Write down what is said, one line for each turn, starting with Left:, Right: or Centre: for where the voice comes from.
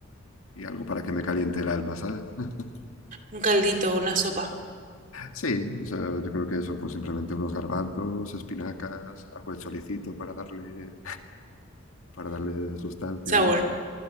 Left: y algo para que me caliente el alma, ¿sabes? <laughs>
Right: Un caldito, una sopa.
Left: Sí, o sea, yo creo que eso, pues simplemente unos garbanzos, espinacas, algo de choricito para darle, para darle sustancia
Right: Sabor.
Left: y eso.